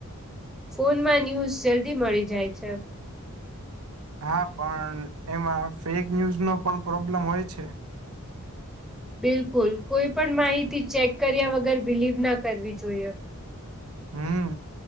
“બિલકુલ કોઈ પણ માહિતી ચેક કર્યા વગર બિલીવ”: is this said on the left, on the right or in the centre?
Centre